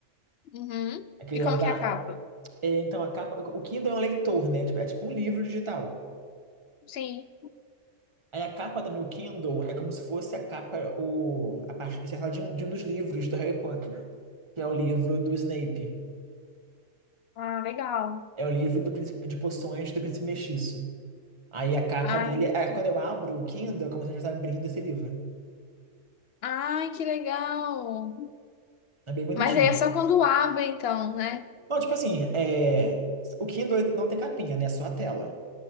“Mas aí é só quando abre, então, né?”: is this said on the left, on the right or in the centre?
Left